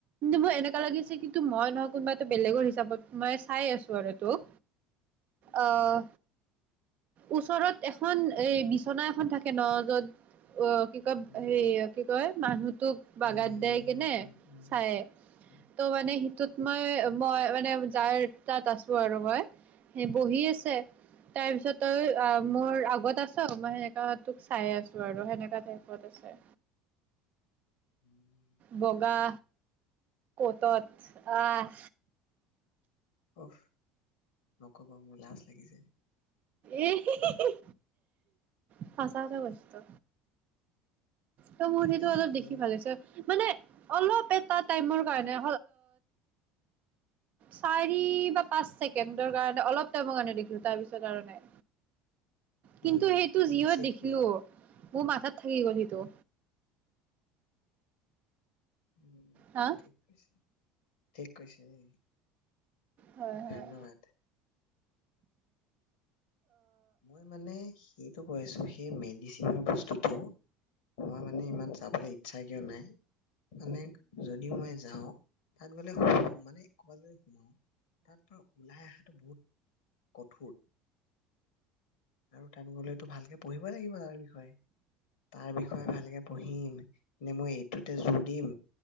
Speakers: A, on the right; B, on the left.
A: ম এ <unintelligible> লাগিছে
B: উম,
A: কিন্তু মই ন কোনোবা বেলেগৰ হিচাপত মাই চাই আছো আৰু তোক
B: উম,
A: আহ ওচৰত এখন এই বিচনা এখন থাকে ন য'ত অ কি কয়
B: উম,
A: হেয়া কি কয়, মানুহ তোক বাগাত
B: উম,
A: দাই কেনে
B: উম, উম,
A: চাই।
B: উম,
A: ত' মানে সিটোত মই মই মানে যাৰ। তাত আছো আৰু মই। সেই বহি আছে, তাৰ পিছত তই মোৰ আগত আছ মই সেনেকা তোক চাই আছো আৰু সেনেকা টাইপত আছে।
B: উম
A: বগা তত আহ
B: অফ নকব মোৰ লাজ লাগিছে।
A: এ হে হে হে উ <unintelligible> সছা কথা কৈছো ত ত মোৰ
B: মানে
A: সেইটো অলপ
B: মোৰ
A: দেখি ভাল হৈছে। মানে, অলপ এটা টাইমৰ কাৰণে চাৰি বা পাঁচ ছেকেণ্ডৰ কাৰণে অলপ টাইমৰ কাৰণে দেখিলো তাৰপিছত আৰু নাই কিন্তু
B: উম,
A: সেইটো
B: কিঞ্চিত
A: যিহত দেখিলো,
B: মান
A: মোৰ মাথাত থাকি গ'লহিটো।
B: উম
A: হা
B: ঠিক আছে। ঠিক কৈছে দেই।
A: হয় হয়
B: ধন্যবাদ। মই মানে সেইটো কৈছো সেই মে জিচি ম প্ৰস্তুত <unintelligible> মই মানে ইমান চাবলৈ ইচ্ছা কিয় নাই, মানে যদি মই যাওঁ তাত বোলে মানে ক'ৰবাত যদি সোমাও তাত ব ওলাই অহাটো বহুত কঠ আৰু তাত গ'লেতো ভালকে পঢ়িবই লাগিব তাৰ বিষয়ে। ষয়ে, তাৰ বিষয়ে ভালকে পঢ়িম, নে মই এইটোতে জোৰ দিম